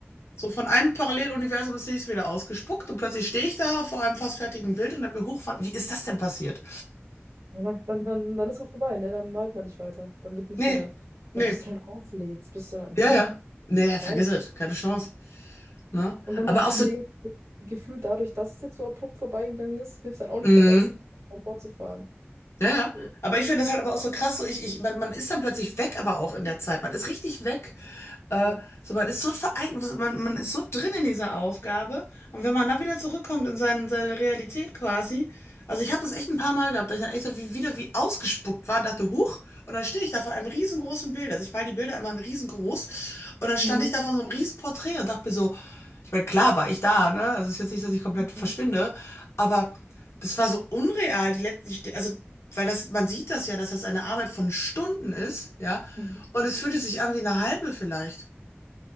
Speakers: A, on the left; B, on the right.
A: So von einem Paralleluniversum ins nächste wieder ausgespuckt und plötzlich stehe ich da vor einem fast fertigen Bild und habe mir hochfahren. Wie ist das denn passiert?
B: Ja, Dann, dann, dann dann ist auch vorbei, ne? Dann malt man nicht weiter. Dann wird nicht
A: Nee,
B: mehr,
A: nee.
B: Ja, bis du dann auflädst, bist du dann, nein,
A: Ja, ja. Nee,
B: vorbei.
A: vergiss es. Keine Chance. Ne?
B: Und dann
A: Aber
B: noch dieses
A: auch so,
B: negative Gefühl dadurch, dass es jetzt so abrupt vorbeigegangen ist, hilft dann auch nicht
A: mm,
B: dabei, es fortzufahren.
A: Ja, ja.
B: So,
A: Aber ich finde das halt aber auch so krass, so ich, ich, man, man ist dann plötzlich weg, aber auch in der Zeit. Man ist richtig weg. Äh,
B: ja.
A: so, man ist so verein, man, man ist so drin in dieser Aufgabe. Und wenn man dann wieder zurückkommt in seine, seine Realität quasi, also ich habe das echt ein paar Mal gehabt, dass ich dann echt so wie, wieder wie ausgespuckt war und dachte, huch, und dann stehe ich da vor einem riesengroßen Bild. Also ich mal die Bilder immer in riesengroß. Und dann stand
B: Mhm.
A: ich da vor so einem riesen Porträt und dachte mir so, ich meine, klar war ich da, ne? Also es ist jetzt nicht, dass ich komplett
B: Mhm.
A: verschwinde, aber das war so unreal, die letzten, also, weil das, man sieht das ja, dass das eine Arbeit von Stunden ist, ja?
B: Mhm.
A: Und es fühlte sich an wie eine halbe vielleicht.